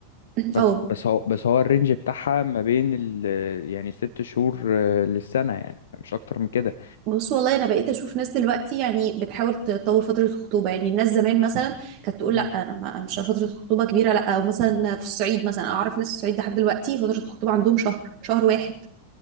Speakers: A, on the left (about 60°); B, on the right (about 40°).
A: بس
B: اه
A: بس هو بس هو الرينج بتاعها ما بين ال يعني ست شهور آه، للسنة يعني مش أكتر من كده
B: بص والله انا بقيت اشوف ناس دلوقتي يعني بتحاول تطور فتره الخطوبه يعني الناس زمان مثلا كانت تقول
A: مم.
B: لا انا ما مش فتره خطوبه كبيره لا او مثلا في الصعيد مثلا أنا اعرف ناس في الصعيد لحد دلوقتي فتره الخطوبه عندهم شهر شهر واحد